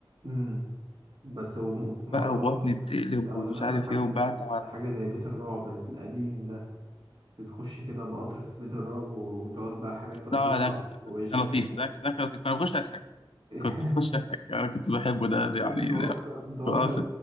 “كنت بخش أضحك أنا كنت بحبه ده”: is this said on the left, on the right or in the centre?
Left